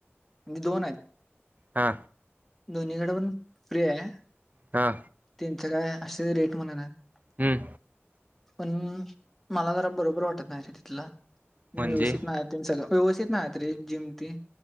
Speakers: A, in the centre; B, on the right.
A: म्हणजे दोन आहेत
B: हा
A: दोन्हीकडे पण फ्री आहे
B: हा
A: त्यांचं काय असे रेट म्हणनातं
B: हं,
A: पण मला जरा बरोबर वाटत नाही रे तिथला
B: म्हणजे
A: व्यवस्थित नाही सगळ तेन व्यवस्थित नाही रे जिम ती